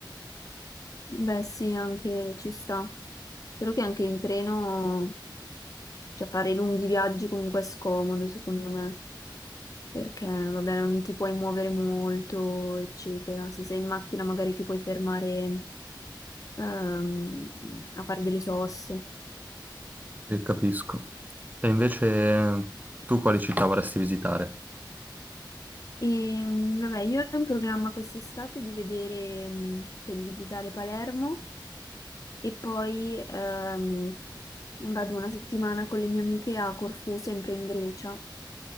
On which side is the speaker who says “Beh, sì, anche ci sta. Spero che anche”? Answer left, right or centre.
Left